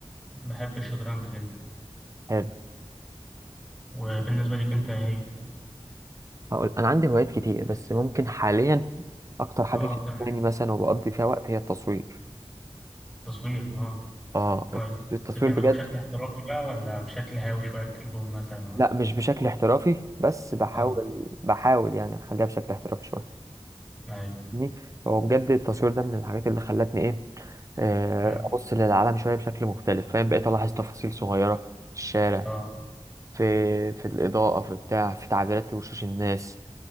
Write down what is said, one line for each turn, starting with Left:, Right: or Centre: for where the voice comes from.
Centre: بحب الشطرنج جدا
Right: حلو
Centre: وبالنسبة ليك أنت إيه هي
Right: هقول أنا عندي هوايات كتير بس ممكن حاليا أكتر حاجة
Centre: اه أكتر حاجة
Right: شغلاني مثلا وبقضي فيها وقت هي التصوير
Centre: تصوير اه
Right: آه
Centre: كويس
Right: التصوير
Centre: بتعمله
Right: بجد
Centre: بشكل احترافي بقى ولا بشكل هاوي شوية بتليفون مثلا أو حاجة
Right: لا مش بشكل احترافي بس بحاول
Centre: اه
Right: بحاول يعني أخليها بشكل احترافي شوية
Centre: أي
Right: فاهمني؟ هو بجد التصوير ده من الحاجات اللي خلتني إيه آه،
Centre: مم.
Right: أبص للعالم شوية بشكل مختلف فاهم بقيت ألاحظ تفاصيل صغيرة في الشارع
Centre: اه
Right: في في الإضاءة في بتاع في تعبيرات وشوش الناس